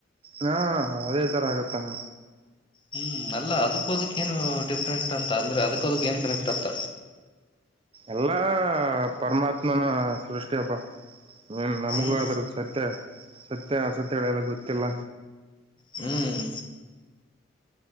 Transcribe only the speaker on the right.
ಹಾ ಅದೇ ತರ ಆಗತ್ತ. ಅಣ್ಣ
ಎಲ್ಲಾ ಪರಮಾತ್ಮನ ಸೃಷ್ಟಿಯಪ್ಪ. ಹ್ಮ, ನಮಗೂ
ಅದ್ರ್ದ ಸತ್ಯ, ಸತ್ಯ ಅಸತ್ಯ ಗಳೆಲ್ಲ ಗೊತ್ತಿಲ್ಲ.